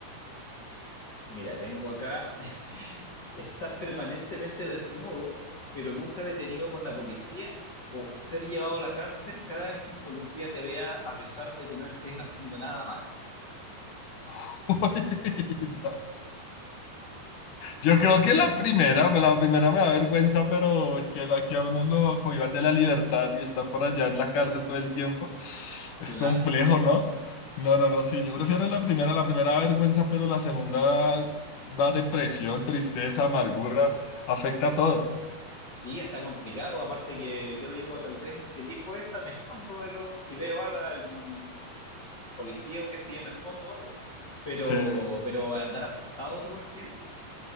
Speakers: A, on the left (about 30°); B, on the left (about 60°).
A: Mira, tengo acá <laughs> estar permanentemente desnudo, pero nunca detenido por la policía, o ser llevado a la cárcel cada vez que un policía te vea a pesar de que no estés haciendo nada malo.
B: <laughs> Uy, no. Yo creo que la primera, me- la primera me da vergüenza, pero es que la que a uno lo cohíban de la libertad y está por allá en la cárcel todo el tiempo, es
A: Claro.
B: complejo, ¿no? No, no, no, sí, yo prefiero la primera, la primera da vergüenza, pero la segunda da depresión, tristeza, amargura, afecta a todo.
A: Sí, está complicado. Aparte que yo digo, tal vez si elijo esa, me escondo de lo, si veo a algún policía o qué sé yo, me escondo o algo. Pero,
B: Sí,
A: pero andar asustado todo el tiempo.